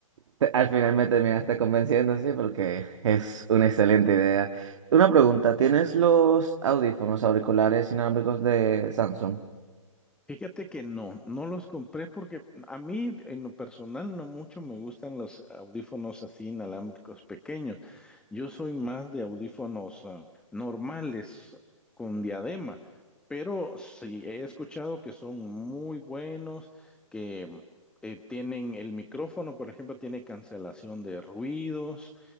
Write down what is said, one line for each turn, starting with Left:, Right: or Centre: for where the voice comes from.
Right: te- al final me terminaste convenciendo, sí, porque es una excelente idea. Una pregunta, ¿tienes los audífonos auriculares inalámbricos de Samsung?
Centre: Fíjate que no, no los compré porque a mí en lo personal no mucho me gustan los audífonos así inalámbricos pequeños. Yo soy más de audífonos ah, normales con diadema, pero sí he escuchado que son muy buenos, que eh, tienen el micrófono, por ejemplo, tiene cancelación de ruidos